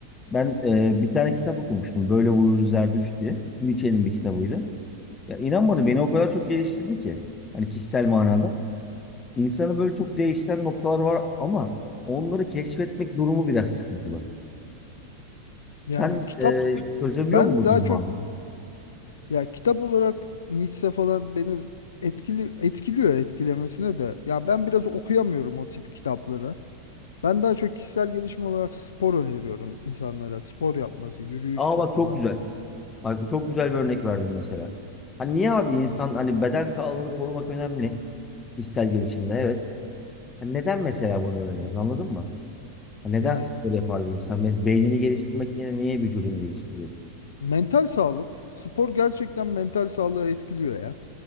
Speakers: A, on the left (about 20°); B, on the left (about 65°).
A: Ben e, bir tane kitap okumuştum. Böyle buyurdu Zerdüşt diye. Nietzsche'nin bir kitabıydı. Ya inan bana beni o kadar çok geliştirdi ki. Hani kişisel manada. İnsanı böyle çok değiştiren noktalar var ama onları keşfetmek durumu biraz sıkıntılı. Sen
B: yani kitap
A: e, çözebiliyor
B: ben
A: musun bu
B: daha
A: durumu
B: çok
A: abi?
B: ya kitap olarak Nietzsche falan beni etkili etkiliyor etkilemesine de. Ya ben biraz okuyamıyorum o tip kitapları. Ben daha çok kişisel gelişim olarak spor öneriyorum insanlara. Spor yapması, yürüyüştür
A: Aa bak
B: falan.
A: çok güzel. Bak çok güzel bir örnek verdim mesela. Hani niye abi insan hani beden sağlığını korumak önemli kişisel gelişimde evet. Hani neden mesela bunu öğreniyoruz anladın mı? Hani neden
B: Yani
A: spor yapar bir insan? Mes- Beynini geliştirmek yerine niye vücudunu geliştiriyorsun?
B: mental sağlık, spor gerçekten mental sağlığı etkiliyor ya.